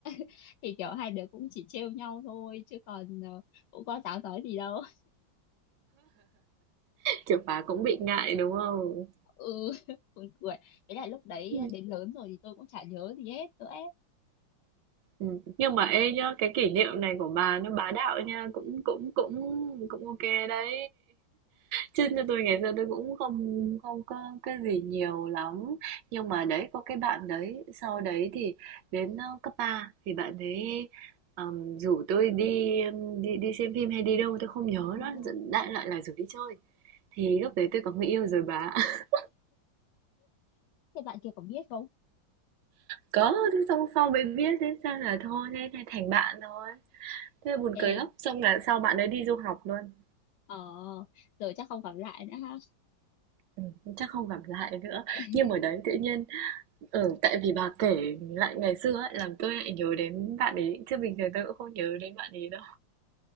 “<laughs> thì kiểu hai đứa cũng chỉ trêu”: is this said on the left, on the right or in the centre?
Left